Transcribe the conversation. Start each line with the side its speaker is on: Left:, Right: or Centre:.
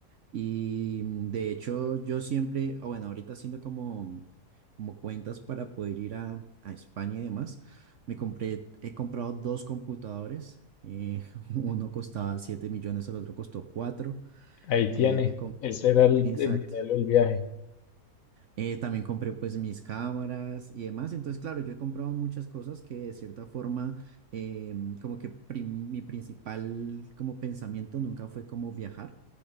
Right: Y mm, de hecho, yo siempre, o bueno, ahorita haciendo como, como cuentas para poder ir a, a España y demás, me compré, he comprado dos computadores. eh, <laughs> uno costaba 7 millones, el otro costó 4.
Left: Ahí
Right: eh,
Left: tiene,
Right: he com-
Left: ese era el,
Right: exacto.
Left: el dinero del viaje.
Right: Eh, también compré pues mis cámaras y demás. Entonces, claro, yo he comprado muchas cosas que de cierta forma, em, como que prim- mi principal como pensamiento nunca fue como viajar.